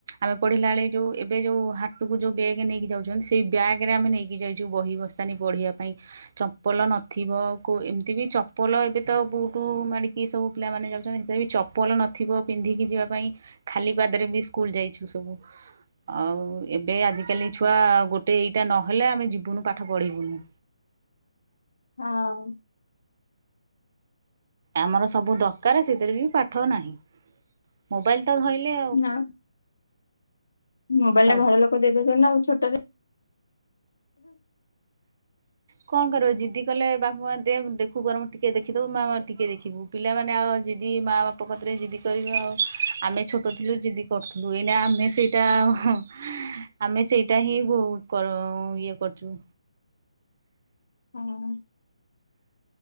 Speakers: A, on the right; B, on the left.
A: ଆମେ ପଢ଼ିଲା ବେଳେ ଯୋଉ ଏବେ ଯୋଉ ହାଟକୁ ଯୋଉ ବେଗ ନେଇକି ଯାଉଛନ୍ତି ସେ ବ୍ୟାଗରେ ଆମେ ନେଇକି ଯାଇଛୁ ବହି ବସ୍ତାନି ବଢ଼ିବା ପାଇଁ। ଚପଲ ନଥିବ ଏମିତି ବି ଚପଲ ଏବେ ତ ବହୁଠୁ ମାଡ଼ିକି ସବୁ ପିଲାମାନେ ଯାଉଛନ୍ତି। ସେହି ଚପଲ ନଥିବ ପିଲାମାନେ ଯିବା ପାଇଁ ଖାଲି ପାଦରେ ବି ସ୍କୁଲ ଯାଇଛୁ ସବୁ। ଆଉ ଏବେ ଆଜିକାଲି ଛୁଆ ଗୋଟେ ଏଇଟା ନହେଲେ ଆମେ ଯିବୁନୁ ପାଠ ପଢ଼ିବୁନୁ।
B: ହଁ
A: ଆମର ସବୁ ଦରକାର ସେଥିରେ ବି ପାଠ ନାହିଁ। ମୋବାଇଲ ତ ଧଇଲେ
B: ନା ମୋବାଇଲ
A: ସବୁ
B: ଟା ଘର ଲୋକ ଦେଇଦଉଛନ୍ତି ନା <unintelligible> ଛୋଟରେ
A: କଣ କରିବ ଜିଦି କଲେ ବାପ ମା ଦେଖୁ ବରଂ ଟିକେ ଦେଖିଦଉ ମାମା ଟିକେ ଦେଖିବୁ। ପିଲାମାନେ ଆଉ ଦିଦି ମାଆ ବାପ କତିରେ ଯିଦି କରିବ ଆମେ ଛୋଟ ଥିଲୁ ଜିଦି କରୁଥିଲୁ, ଏଇନା ଆମେ ସେଇଟା ଆଉ ଆମେ ସେଇଟା ହିଁ <unintelligible> କରିବୁ। ହଁ ଇଏ କରୁଛୁ।
B: ହଁ